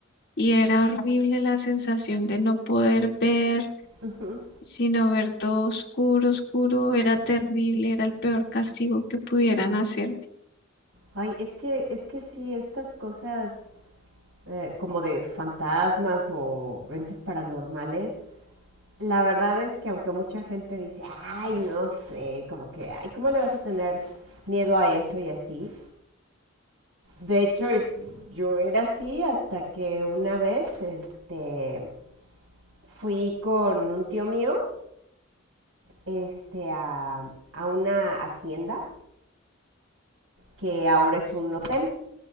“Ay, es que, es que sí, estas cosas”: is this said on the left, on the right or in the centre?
Right